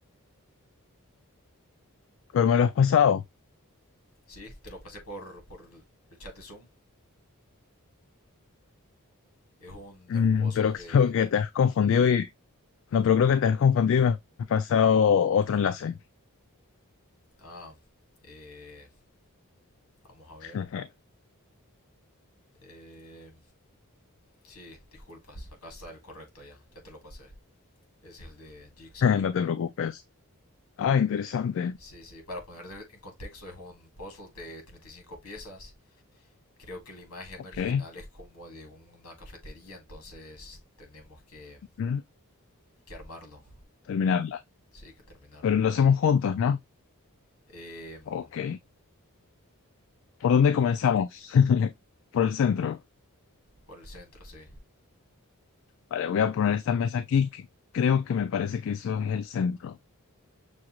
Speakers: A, on the left; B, on the left.
A: Pero me lo has pasado.
B: Sí, te lo pasé por, por el chat de Zoom. Es un,
A: Mm,
B: es un puzzle
A: pero
B: de...
A: <laughs> creo que te has confundido y... No, pero creo que te has confundido y me has pasado otro enlace.
B: Ah, eh, vamos a ver.
A: <laughs>
B: Eh, Sí, disculpas, acá está el correcto ya, ya te lo pasé. Es el de Jigsaw.
A: No te preocupes. Ah, interesante.
B: Sí, sí, para poner en contexto, es un puzzle de 35 piezas. Creo que la imagen
A: Ok.
B: original es como de una cafetería, entonces tenemos que,
A: Mm,
B: que armarlo.
A: Terminarla.
B: Sí, que terminarlo,
A: Pero lo hacemos
B: correcto.
A: juntos, ¿no?
B: Em,
A: Ok. ¿Por dónde comenzamos? <laughs> Por el centro.
B: por el centro, sí.
A: Vale, voy a poner esta mesa aquí que creo que me parece que eso es el centro.